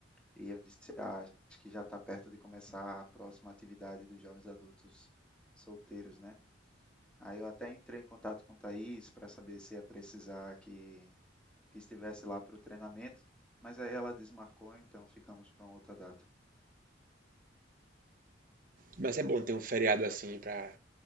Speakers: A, in the centre; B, on the right (about 45°).
A: E eu disse, ah, acho que já está perto de começar a próxima atividade dos jovens adultos solteiros, né? Aí eu até entrei em contato com o Thaís para saber se ia precisar que, que estivesse lá para o treinamento, mas aí ela desmarcou, então ficamos para uma outra data.
B: Mas é bom ter um feriado assim pra,